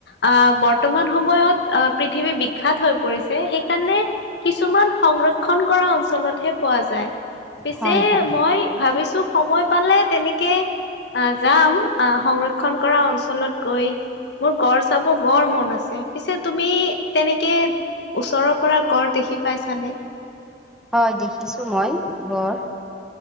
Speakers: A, on the left (about 70°); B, in the centre.
A: আহ' বৰ্তমান সময়ত আহ পৃথিৱী বিখ্যাত হৈ পৰিছে সেইকাৰণে- কিছুমান সংৰক্ষণ কৰা অঞ্চলতহে পোৱা যায়। পিছে
B: হয় হয়
A: মই ভাবিছোঁ সময় পালে তেনেকে আহ' যাম আহ' সংৰক্ষণ কৰা অঞ্চলত গৈ মোৰ গড় চাব বৰ মন আছে। পিছে তুমি তেনেকে ওচৰৰ পৰা গড় দেখি পাইছানে?
B: হয়। দেখিছোঁ মই গড়।